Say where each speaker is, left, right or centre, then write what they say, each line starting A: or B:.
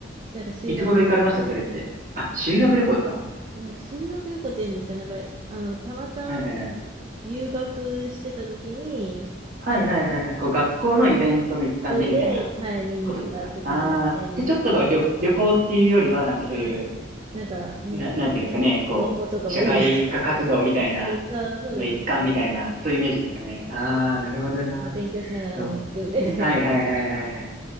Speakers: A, on the right (about 30°); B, on the right (about 45°).
A: なんか修学、
B: いつ頃行かれましたそれって。あ、修学旅行ですか
A: なんか修学旅行っていうんですか、なんか、あの、たまたま
B: はいはいはい。
A: 留学してた時に、
B: はいはいはいはい。こう学校のイベントの一環でみたいな
A: で、はい、見に行ったって感じで、
B: ことですか。ああー。で、ちょっとが旅、旅行っていうよりは、なんかそういう
A: まあ、な、なんかね、
B: な、なんていうんですかね、こう、
A: 情報とかもいる。
B: 社会科活動みたいな、
A: <laughs> そうそうですね。
B: の一環みたいな、そういうイメージですかね。ああ、
A: そうです
B: なるほどな。
A: なんか勉強しながら見に行くみたいな感じ。
B: でも、はいはいはいはい